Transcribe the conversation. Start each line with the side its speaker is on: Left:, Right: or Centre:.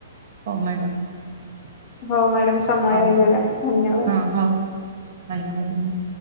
Right: ହଉ ମ୍ୟାଡ଼ାମ।
Left: ହଉ ମ୍ୟାଡାମ ସମୟ
Right: ହଉ
Left: ହେଇଗଲାଣି ଧନ୍ୟବାଦ।
Right: ହଁ ହଉ ଧନ୍ୟବାଦ <unintelligible>